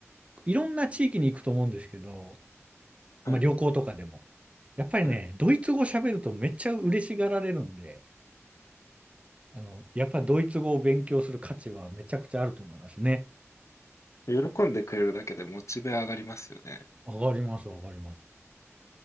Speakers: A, on the right; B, on the left.
A: いろんな地域に行くと思うんですけど、まあ旅行とかでも。
B: はい、
A: やっぱりね、
B: はい。
A: ドイツ語喋るとめっちゃ嬉しがられるんで、あの、やっぱドイツ語を勉強する価値はめちゃくちゃあると思いますね。
B: <laughs> 喜んでくれるだけでモチベ上がりますよね。
A: わかります、わかります。